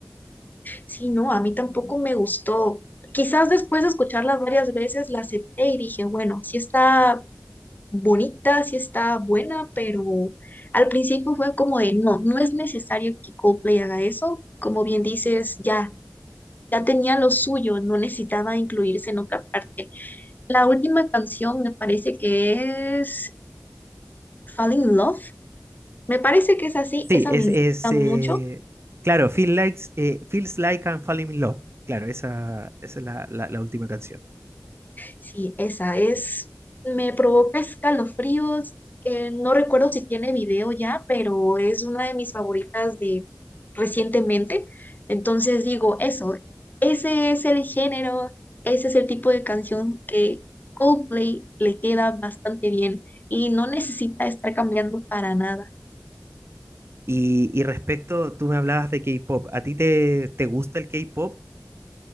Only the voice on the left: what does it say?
Sí, no, a mí tampoco me gustó. Quizás después de escucharla varias veces la acepté y dije, bueno, sí está bonita, sí está buena, pero al principio fue como de, no, no es necesario que Coldplay haga eso. Como bien dices, ya, ya tenía lo suyo, no necesitaba incluirse en otra parte. La última canción me parece que es Falling in Love. Me parece que es así,
esa
me encanta
mucho.
Sí, esa es, me provoca escalofríos. eh, no recuerdo si tiene video ya, pero es una de mis favoritas de recientemente. Entonces digo, eso, ese es el género, ese es el tipo de canción que Coldplay le queda bastante bien y no necesita estar cambiando para nada.